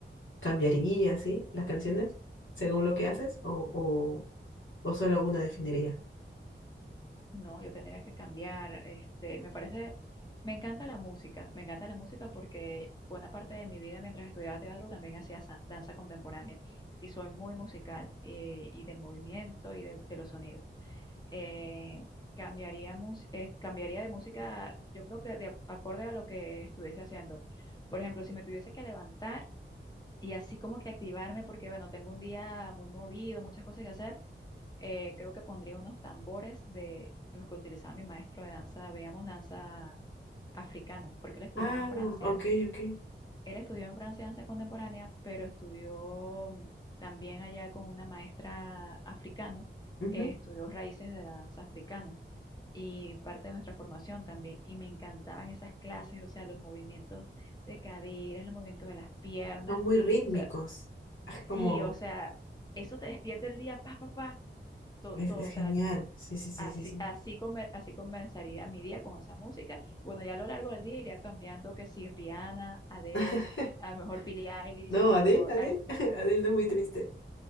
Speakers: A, on the left (about 75°); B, on the left (about 20°).
A: ¿Cambiarías, sí, las canciones según lo que haces o, o, o solo alguna definirías?
B: No, yo tendría que cambiar. Este, me parece, me encanta la música, me encanta la música porque buena parte de mi vida mientras estudiaba teatro también hacía sa- danza contemporánea y soy muy musical eh, y del movimiento y de de los sonidos. eh, cambiaríamos, eh, cambiaría de música, yo creo que de ac- acorde a lo que estuviese haciendo. Por ejemplo, si me tuviese que levantar y así como que activarme, porque bueno, tengo un día muy movido, muchas cosas que hacer, eh, creo que pondría unos tambores de los que utilizaba mi maestro de danza, veíamos danza africana, porque él estudió
A: Ah,
B: en Francia.
A: ok, ok.
B: Él estudió en Francia danza contemporánea, pero estudió mm, también allá con una maestra africana,
A: Ujú.
B: eh, estudió raíces de la danza africana y parte de nuestra formación también. Y me encantaban esas clases, o sea, los movimientos de caderas, los movimientos de las piernas.
A: Son muy
B: O
A: rítmicos.
B: sea,
A: Es como,
B: sí, o sea, eso te despierta el día, pa, pa, pa, todo,
A: es,
B: todo,
A: es
B: o sea,
A: genial.
B: yo-
A: Sí, sí, sí,
B: así,
A: sí, sí.
B: así, come- así comenzaría mi día con esa música. Bueno, ya a lo largo del día iría cambiando que si Rihanna, Adele,
A: <laughs>
B: a lo mejor Billie Eilish,
A: No,
B: a lo
A: Adele,
B: mejor...
A: Adele,
B: Ari-
A: <laughs> Adele no es muy triste.